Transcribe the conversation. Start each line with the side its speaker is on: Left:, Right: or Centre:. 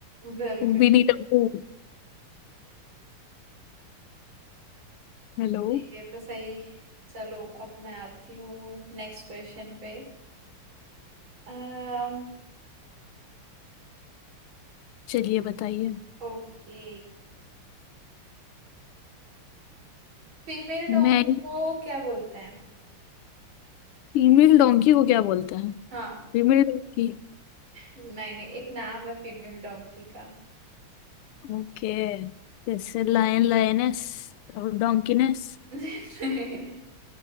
Right: बिल्कुल
Left: विनी टप्पू हेलो
Right: ठीक है तो सही चलो अब मैं आती हूँ नेक्स्ट क्वेश्चन पे Um
Left: चलिए बताइए
Right: okay फीमेल डोंकी
Left: मैं
Right: को क्या बोलते हैं
Left: फीमेल डोंकी को क्या बोलते हैं
Right: हाँ
Left: Female donkey
Right: नहीं नहीं एक नाम है फीमेल डोंकी का
Left: ओके जैसे लायन लायनेस और डोंकीनेस
Right: <laughs> नहीं नहीं